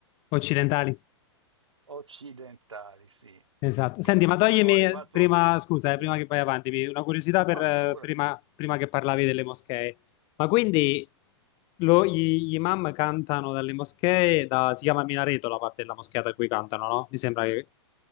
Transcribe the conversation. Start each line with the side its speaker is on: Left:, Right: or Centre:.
Left: occidentali.
Right: Occidentali, sì.
Left: Esatto.
Right: Comunque,
Left: Senti, ma toglimi
Right: quando sono arrivato,
Left: prima, scusa,
Right: dimmi,
Left: eh, prima che vai avanti, mi- una curiosità per,
Right: ma
Left: eh,
Right: figurati,
Left: prima, prima che parlavi delle moschee. Ma quindi lo- gli, gli imam cantano dalle moschee, da- si chiama minareto la parte della moschea da cui cantano, no? Mi sembra che...